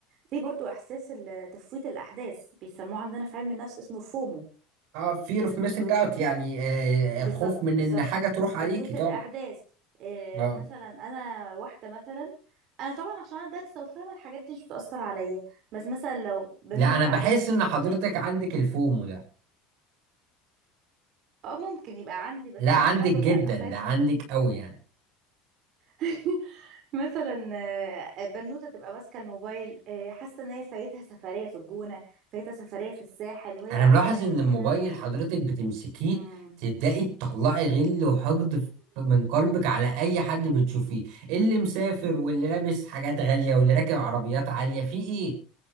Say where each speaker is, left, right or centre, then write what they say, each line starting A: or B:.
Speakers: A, on the right (about 55°); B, on the right (about 70°).
A: في برضو احساس ال- تفويت الاحداث بيسموه عندنا في علم النفس اسمه فومو
B: اه fear of missing out يعني آه
A: بالظبط
B: الخوف من
A: بالظبط
B: ان حاجة تروح عليكي
A: تفويت
B: طبعا
A: الاحداث إيه
B: اه
A: مثلا انا واحده مثلا انا طبعا عشان انا دارسه وفاهمه الحاجات دي مش بتاثر عليا بس مثلا لو بنوت
B: لا انا بحس
A: عذاب
B: ان حضرتك عندك الفومو ده
A: اه ممكن يبقى عندي بس
B: لا
A: انا
B: عندك
A: بحاول
B: جدا
A: اسيطر
B: ده عندك قوي يعني
A: <laughs> مثلا آه، بنوته تبقى ماسكه الموبايل آه، حاسه ان هي فايتها سفريه في الجونه فايتها سفريه في الساحل وهي
B: انا
A: قاعده
B: ملاحظ
A: يا عيني
B: ان الموبايل
A: هنا
B: حضرتك بتمسكيه
A: مم.
B: تبدأي تطلعي غل وحقد ف- من قلبك على اي حد بتشوفيه اللي مسافر واللي لابس حاجات غالية واللي راكب عربيات عالية في ايه